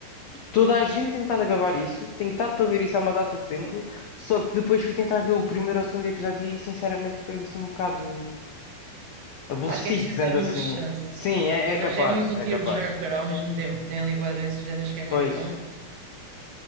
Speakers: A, on the left (about 85°); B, on the right (about 65°).
A: Toda a gente tem tentado acabar isso, tem tentado para ver isso há uma data de tempo, só que depois fui tentar ver o primeiro ou segundo episódio e sinceramente foi assim um bocado aborrecido,
B: Acho que é preciso
A: dizendo
B: dar uma
A: assim.
B: chance.
A: Sim, é,
B: Mas
A: é capaz,
B: é muito
A: é
B: tearjerker
A: capaz.
B: ao mesmo tempo. Tem ali bué de cenas que é mesmo.
A: Pois,
B: hum,